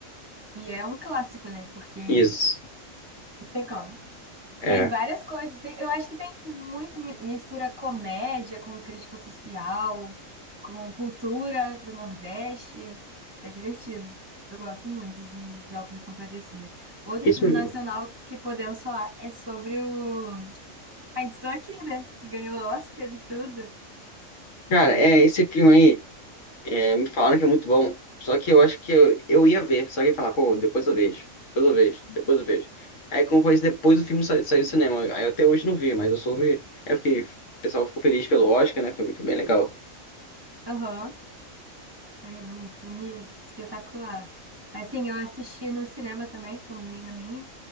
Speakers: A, on the right; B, on the left.
A: E é um clássico, né? Porque
B: Isso,
A: não tem como.
B: é.
A: Tem várias coisas. Tem- eu acho que tem muito mi- mistura comédia com crítica social, com cultura do Nordeste. É divertido. Eu gosto muito de, de Auto da Compadecida. Outro
B: Isso
A: filme
B: mesmo.
A: nacional que podemos falar é sobre o Ainda Estou Aqui, né? Que ganhou o Oscar e tudo.
B: Cara, é esse filme aí. É, me falaram que é muito bom. Só que eu acho que eu, eu ia ver. Só que eu ia falar, pô, depois eu vejo. Depois eu vejo. Depois eu vejo. Aí, como foi isso, depois o filme saiu, saiu do cinema. Aí eu até hoje não vi, mas eu soube. Eu fiquei, o pessoal ficou feliz pelo Oscar, né? Foi, foi bem legal.
A: Aham. Aí, um filme espetacular. Assim, eu assisti no cinema também com uma amiga minha.